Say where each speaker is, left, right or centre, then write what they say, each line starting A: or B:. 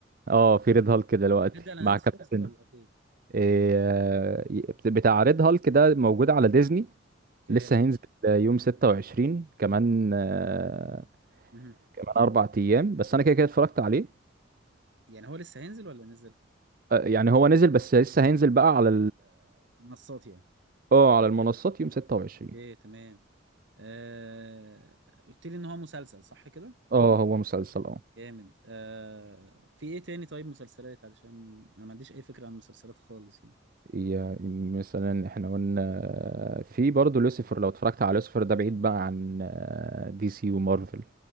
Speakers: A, on the right (about 45°); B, on the right (about 65°).
A: اه في ريد هالك دلوقتي
B: الحاجات دي على
A: مع
B: نتفلكس
A: كابتن
B: ولا فين
A: إيه بتاع ريد هالك ده موجود على ديزني
B: اوكي
A: لسه هينزل يوم 26 كمان آه،
B: مهم.
A: كمان اربع ايام بس انا كده كده اتفرجت عليه
B: يعني هو لسه هينزل ولا نزل
A: آه، يعني هو نزل بس لسه هينزل بقى على
B: منصات يعني
A: اه على المنصات يوم 26
B: اوكي تمام آه... قلت لي ان هو مسلسل صح كده
A: اه هو مسلسل اه
B: جامد آه في ايه تاني طيب مسلسلات علشان انا ما عنديش اي فكرة عن المسلسلات خالص يعني
A: يا- مثلا احنا قلنا في برضه لوسيفر لو اتفرجت على لوسيفر ده بعيد بقى عن آه، دي سي ومارفل